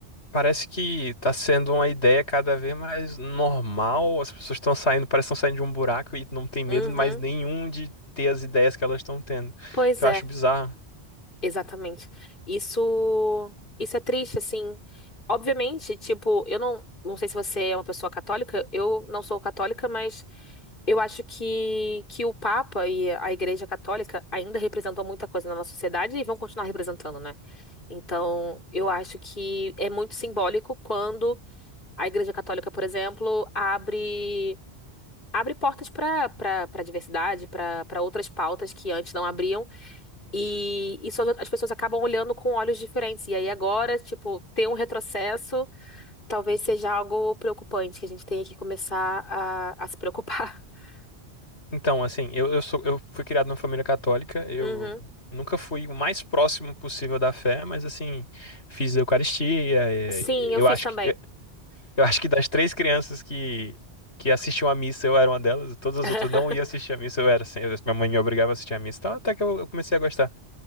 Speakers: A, on the left (about 85°); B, on the left (about 55°).
A: Parece que tá sendo uma ideia cada vez mais normal. As pessoas estão saindo, parece que estão saindo de um buraco e não tem medo
B: Uhum.
A: mais nenhum de ter as ideias que elas estão tendo.
B: Pois
A: Que eu
B: é.
A: acho bizarro.
B: Exatamente. Isso, isso é triste, assim. Obviamente, tipo, eu não, não sei se você é uma pessoa católica, eu não sou católica, mas eu acho que, que o Papa e a Igreja Católica ainda representam muita coisa na nossa sociedade e vão continuar representando, né? Então, eu acho que é muito simbólico quando a Igreja Católica, por exemplo, abre abre portas para para para diversidade, para para outras pautas que antes não abriam e isso as as pessoas acabam olhando com olhos diferentes. E aí agora, tipo, ter um retrocesso talvez seja algo preocupante, que a gente tenha que começar a, a se preocupar. <laughs>
A: Então, assim, eu, eu sou, eu fui criado numa família católica, eu
B: Uhum.
A: nunca fui o mais próximo possível da fé, mas assim, fiz a Eucaristia. e-
B: Sim,
A: Eu
B: eu fiz
A: acho
B: também.
A: que, eu, eu acho que das três crianças que, que assistiam à missa, eu era uma delas, todas as
B: <laughs>
A: outras não iam assistir à missa, eu era assim, eu- minha mãe me obrigava a assistir à missa, então até que eu eu comecei a gostar.